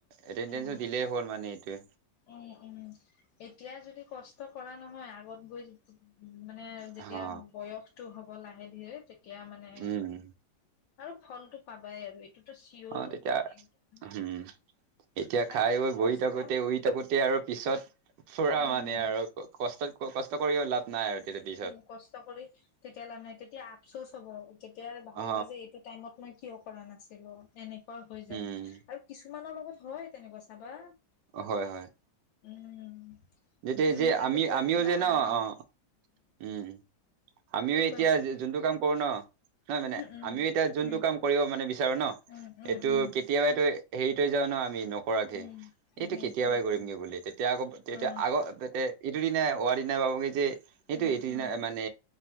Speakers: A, on the right; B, on the left.
A: এটেনডেঞ্চো
B: উম
A: দিলেই হ'ল মানে এইটোৱে।
B: উম, উম, এতিয়া যদি কষ্ট কৰা নহয়, আগত গৈ মানে যেতিয়া
A: অ
B: বয়সতটো হ'ব লাহে-ধীৰে তেতিয়া মানে
A: উম
B: আৰু ফল টো পাবাই আৰু। এইটোতো চিয়ৰ
A: অ, তেতিয়া
B: মানে একদম
A: হম। এতিয়া
B: কাৰণ
A: খাই-বৈ
B: কষ্ট
A: বহি থাকোতে, শুই থাকোতে আৰু পিছত ফুৰা
B: উম
A: মানে আৰু। কষ্ট, কষ্ট কৰিও লাভ নাই আৰু <unintelligible>
B: উম, কষ্ট কৰি তেতিয়া লাভ নাই, তেতিয়া আফচোচ হ'ব, তেতিয়া ভাবিবা
A: অ
B: যে এইটো টাইমত মই কিয় কৰা নাছিলো, এনেকুৱা হৈ
A: উম
B: যায়, আৰু কিছুমানৰ লগত হয় তেনেকুৱা চাবা।
A: হয়, হয়।
B: উম।
A: যেতিয়া
B: যোনবিলাক
A: যে আমি,
B: এতিয়া
A: আমিও
B: পুৰা
A: যে ন
B: আৰাম
A: অ। উম, আমিও
B: কি
A: এতিয়া
B: কৈ আছিলা
A: যোনটো কাম কৰো ন নহয় মানে,
B: উম
A: আমিও এতিয়া যোনটো
B: উম
A: কাম কৰিব মানে বিচাৰো ন,
B: উম উম
A: এইটো
B: উম
A: কেতিয়াবাই ত, হেৰি <unintelligible> পৰাকে,
B: উম
A: এইটো
B: সেইটোৱেতো
A: কেতিয়াবাই কৰিমগে বুলি, তেতিয়া আকৌ, তেতিয়া
B: অ
A: আগত তেই এইটো দিনা, হোৱাৰ দিনা পাবগৈ, যে সেইটো
B: উম
A: এইটো
B: উম
A: দিনা মানে